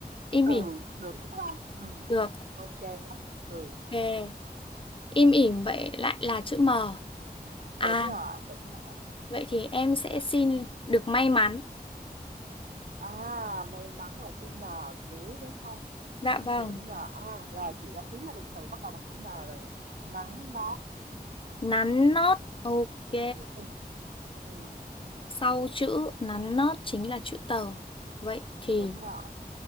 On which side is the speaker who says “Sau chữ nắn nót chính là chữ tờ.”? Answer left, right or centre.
Left